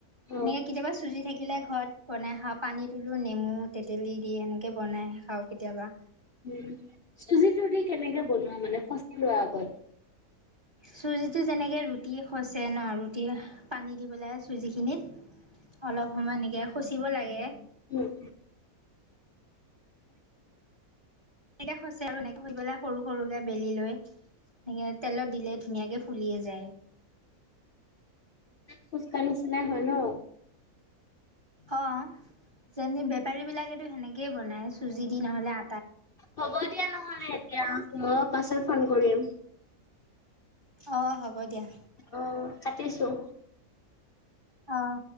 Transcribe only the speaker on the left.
অ',
উম চুজি চুজি কেনেকে বনোৱা মানে ফচি লোৱা আগত?
উম।
খোজকাঢ়িছিলে হয় নহ।
হ'ব দিয়া নহলে এতিয়া অহ পাছত ফোন কৰিম।
অ কাটিছোঁ।